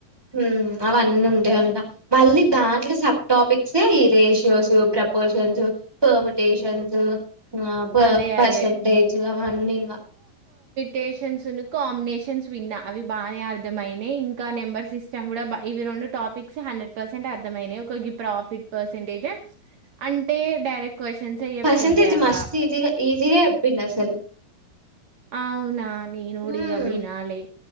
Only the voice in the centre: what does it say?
హ్మ్ అవన్నీ ఉంటాయంట మళ్ళీ దాంట్లో సబ్ టాపిక్సే ఈ రేషియోస్ ప్రపోషన్స్ న్స్ పెర్మిటేషన్స్ ఆ ప
పర్సంటేజ్
అవన్నీంగా
పర్సంటేజ్
మస్త్ ఈజీగా చెప్పిండాషాలు
హ్మ్